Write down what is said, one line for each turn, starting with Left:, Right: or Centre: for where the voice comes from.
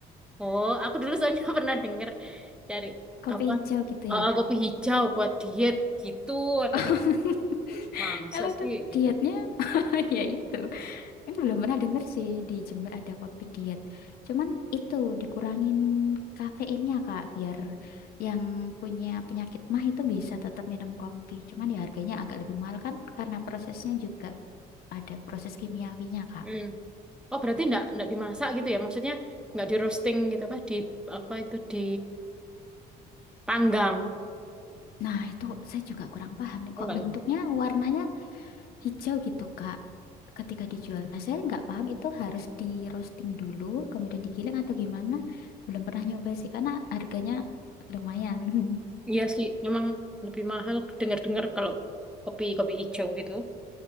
Centre: Oh, aku dulu soalnya <laughs> pernah denger cari
Left: Kopi
Centre: apa
Left: hijau gitu
Centre: eh,
Left: ya.
Centre: kopi hijau buat diet gitu. Ada
Left: <laughs>
Centre: tem- masuk
Left: Kalau
Centre: sih
Left: tuh
Centre: gitu.
Left: dietnya <laughs> ya itu. Ini belum pernah denger sih di Jember ada kopi diet. Cuman itu dikurangin kafeinnya Kak, biar yang punya penyakit mah itu bisa tetap minum kopi. Cuman ya harganya agak lebih mahal kan karena prosesnya juga ada proses kimiawinya Kak.
Centre: Hmm. Oh, berarti enggak enggak dimasak gitu ya? Maksudnya enggak di roasting gitu apa di apa itu di panggang.
Left: Nah itu saya juga kurang paham nih
Centre: Oh,
Left: kok
Centre: enggak
Left: bentuknya
Centre: ya?
Left: warnanya hijau gitu Kak. Ketika dijual, nah saya nggak paham itu harus di roasting dulu, kemudian digiling atau gimana? Belum pernah nyoba sih karena harganya lumayan. <laughs>
Centre: Iya sih, memang lebih mahal dengar-dengar kalau kopi kopi hijau gitu.